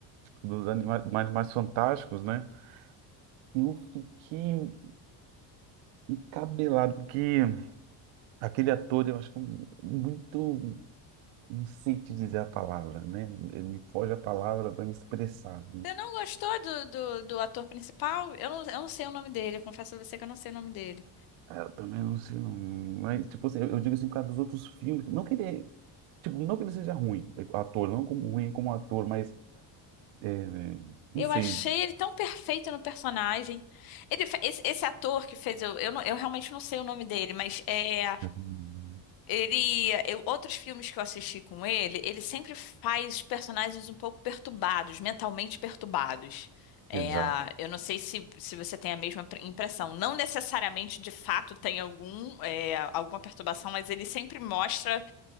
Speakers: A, on the right; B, on the left.
A: dos anima- Animais Fantásticos, né? Eu fiquei encabelado, porque aquele ator, eu acho que é muito. Não sei te dizer a palavra, né? Ele me foge a palavra para me expressar.
B: Você não gostou do, do, do ator principal? Eu não, eu não sei o nome dele, eu confesso a você que eu não sei o nome dele.
A: Ah, Eu também não sei, não. Mas, tipo assim, eu eu digo assim por causa dos outros filmes. Não que ele é Tipo, não que ele seja ruim, é, ator, não como ruim como ator, mas é, não
B: Eu
A: sei.
B: achei
A: <laughs>
B: ele tão perfeito no personagem. Ele, fe- esse, esse ator que fez, eu, eu, não- eu realmente não sei o nome dele, mas é,
A: Hum,
B: ele, eu- outros filmes que eu assisti com ele, ele sempre faz personagens um pouco perturbados, mentalmente perturbados. É,
A: Exato.
B: eu não sei se, se você tem a mesma pre- impressão. Não necessariamente, de fato, tem algum, é, alguma perturbação, mas ele sempre mostra,